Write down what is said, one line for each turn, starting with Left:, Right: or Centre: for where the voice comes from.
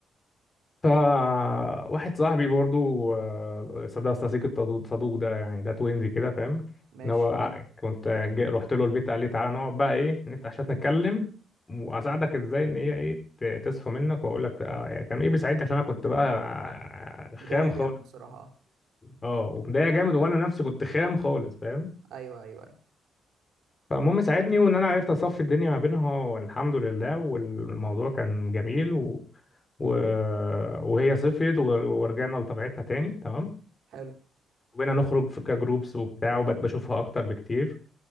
Left: فواحد صاحبي برضو آه، صدق صديق الصدوق صدوق ده يعني ده توينزي كده فاهم
Right: ماشي
Left: ان هو مم. كنت جاي رحت له البيت قال لي تعالى نقعد بقى ايه نفتح عشان نتكلم واساعدك ازاي ان هي ايه ت- تصفى منك واقول لك آه، يعني كان ايه بيساعدني عشان انا كنت بقى آه،
Right: بداية
Left: خام
Right: جامد
Left: خالص
Right: بصراحه اه
Left: اه ومضايق جامد وانا نفسي كنت خام خالص فاهم
Right: ايوه ايوه ايوه
Left: فالمهم ساعدني وان انا عرفت اصفي الدنيا ما بينها والحمد لله والموضوع كان جميل و... و... وهي صفيت ور- ورجعنا لطبيعتنا تاني تمام
Right: حلو
Left: وبقينا نخرج في كجروبس وبتاع وبقت بشوفها اكتر بكتير